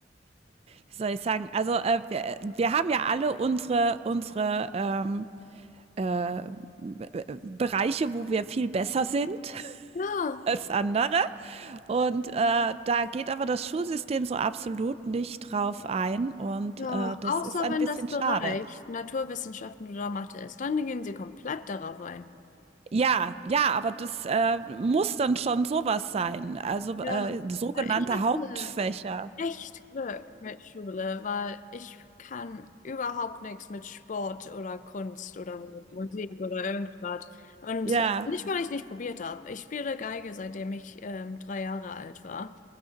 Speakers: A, on the right; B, on the left.
A: wie soll ich sagen, also äh, wir, wir haben ja alle unsere, unsere ähm, äh, Be- Bereiche, wo wir viel besser sind
B: Ja.
A: <laughs> als andere. Und äh, da geht aber das Schulsystem so absolut nicht drauf ein. Und
B: Ja,
A: äh, das
B: außer
A: ist ein
B: wenn
A: bisschen
B: das Bereich
A: schade.
B: Naturwissenschaften oder Mathe ist, dann gehen sie komplett darauf ein.
A: Ja, ja, aber das, äh, muss dann schon sowas sein. Also,
B: Ja,
A: äh, sogenannte
B: Ja, ich hatte
A: Hauptfächer.
B: echt Glück mit Schule, weil ich kann überhaupt nichts mit Sport oder Kunst oder mit Musik oder irgendwas. Und
A: Ja.
B: nicht, weil ich nicht probiert habe. Ich spiele Geige, seitdem ich ähm, drei Jahre alt war.